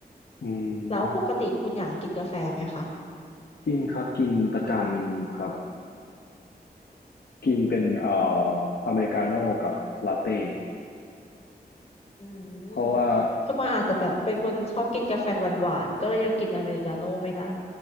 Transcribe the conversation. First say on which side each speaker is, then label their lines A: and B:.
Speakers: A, on the left (about 75°); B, on the left (about 40°).
A: อืม
B: แล้วปกติคุณอยากกินกาแฟไหมคะ
A: กินครับกินประจำครับกินเป็นเอ่ออเมริกาโน่กับลาเต้
B: อืม
A: เพราะว่า
B: เพราะกวางอาจจะแบบเป็นคนชอบกินกาแฟหวานๆก็เลยยังกินอเมริกาโน่ไม่ได้